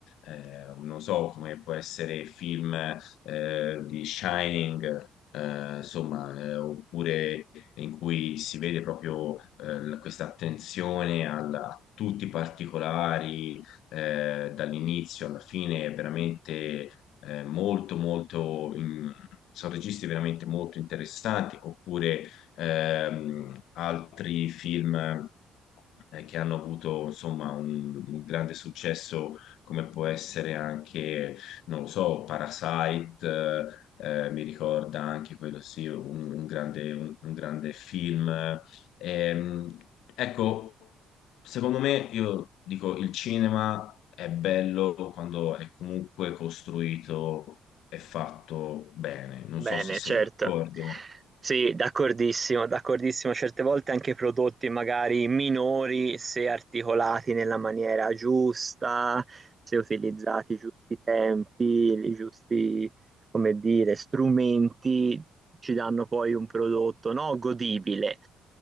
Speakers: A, on the left (about 80°); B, on the right (about 30°).
A: eh, non so come può essere film eh, di Shining, eh, insomma, eh, oppure in cui si vede proprio eh, l- questa attenzione al- a tutti i particolari, eh, dall'inizio alla fine, è veramente eh, molto, molto... in- Sono registi veramente molto interessanti, oppure ehm, altri film eh, che hanno avuto insomma un, un grande successo, come può essere anche non lo so, Parasite, eh, mi ricorda anche quello sì, un, un grande, un- un grande film. Ehm, ecco, secondo me io dico il cinema è bello quando è comunque costruito e fatto bene. Non
B: Bene,
A: so se sei
B: certo.
A: d'accordo.
B: Sì, d'accordissimo, d'accordissimo. Certe volte anche prodotti magari minori, se articolati nella maniera giusta, se utilizzati i giusti tempi, i giusti, come dire, strumenti, ci danno poi un prodotto, no, godibile.